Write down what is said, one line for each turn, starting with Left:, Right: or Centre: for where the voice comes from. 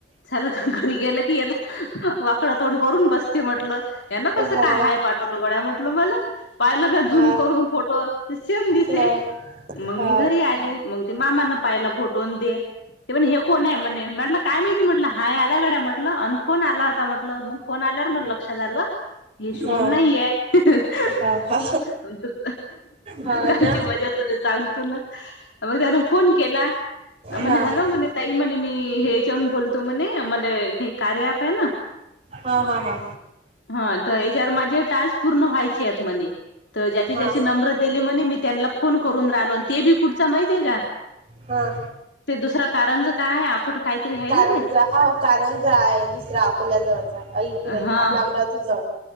Left: चालं घ घरी गेलं की ये तर वाकडं तोंड करून बसते म्हटलं यांना कसं
Right: हा
Left: काय हाय पाठवलं गड्या म्हंटलं मला. पाहिलं पेया
Right: हा
Left: झूम करून फोटो ते सेम दिसे
Right: हा
Left: मग
Right: हा
Left: मी घरी आली. मंग ते मामाने पाहिला फोटोन दे ते पण हे कोण म्हणे म्हटलं काय माहिती म्हटलं हाय आल्या गड्या म्हटलं अन फोन आला होता म्हटलं मग फोन आल्यावर म
Right: हम्म
Left: लक्षात आलं हे शुभम
Right: हा
Left: नाहीये अ
Right: हा हा
Left: त
Right: हाव
Left: कालची
Right: ना
Left: मजा तुले सांगतोना मग त्याने फोन केला
Right: हा
Left: म्हणे हॅलो
Right: हा
Left: म्हणे ताई म्हणे मी हेच्याऊन बोलतो म्हणे मला हे कार्य ऐप आहे ना
Right: हा हा हा.
Left: हा तर याच्यावर माझे टास्क पूर्ण व्हायचे आहेत म्हणे तर ज्याचे ज्याचे
Right: हा
Left: नंब्र दिले म्हणे मी त्यांला फोन करून राहिलो अन ते बी कुठचा माहित आहे का?
Right: हा.
Left: ते दुसरा कारंज काय अकोट काहीतरी आहे
Right: कारणज
Left: ना ते
Right: हा कारणज आहे दुसरा अकोल्या जवळचा. अलीकडे
Left: हा
Right: आपल्या अमरावती जा